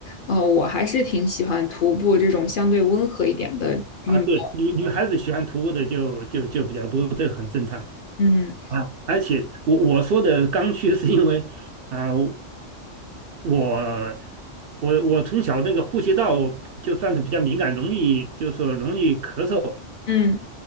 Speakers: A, on the left; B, on the right.
A: 呃，我还是挺喜欢徒步这种相对温和一点的运动。
B: 啊，对，女女孩子喜欢徒步的就就就比较多，这个很正常
A: 嗯
B: 啊。而且我我说的刚需是因为啊、我我我从小那个呼吸道就算是比较敏感，容易就是说容易咳嗽，
A: 嗯